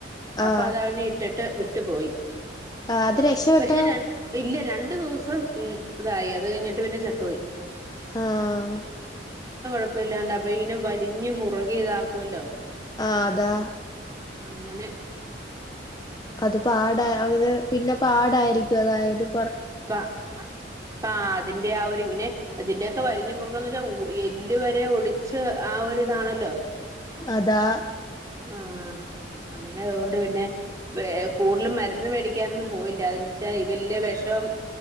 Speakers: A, on the left; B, on the right.
A: ആഹ്
B: അപ്പൊ അത അവനെ ഇട്ടിട്ട് വിട്ടു പോയി
A: ആ അത് രക്ഷപ്പെട്ടോ
B: പക്ഷെ ര ഇല്ല രണ്ടു ദിവസം ഉ ഇതായി അത് കഴിഞ്ഞിട്ട് പിന്നെ ചത്തുപോയി
A: ആഹ
B: കുഴപ്പില്ലാണ്ട് അപ്പൊ ഇങ്ങനെ വരിഞ്ഞ് മുറുകി ഇതാക്കുമല്ലോ
A: ആ അതാ
B: അങ്ങനെ.
A: അത് പാട... പിന്നെ പാടായിരിക്കും അതായാലും.
B: പ പാ അതിന്റെ ആ ഒരു ഇങ്ങനെ അതിന്റെക്കെ വരിഞ്ഞ മുറു കുംന്ന് വെച്ചാ എല്ല് വരെ ഒടിച്ച് ആ ഒരിതാണല്ലോ.
A: അതാ.
B: ആ. അങ്ങനെ അവോണ്ട് പിന്നെ ഏ കൂടുതലും മരുന്ന് മേടിക്കാനൊന്നും പോയില്ല അത്‌ എന്താ വെച്ചാൽ ഇ വല്ല്യ ഷോം